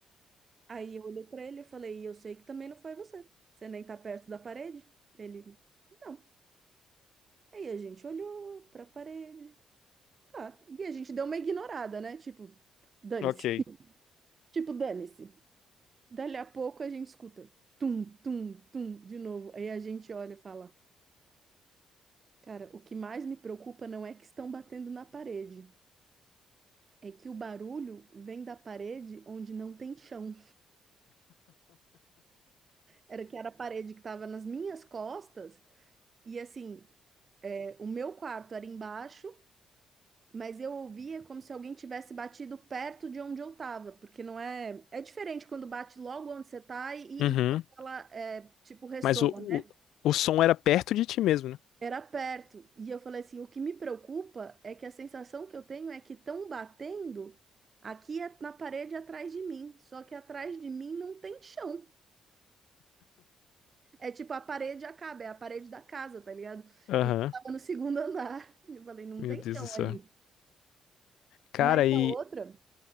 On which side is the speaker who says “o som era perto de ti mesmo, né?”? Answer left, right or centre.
Left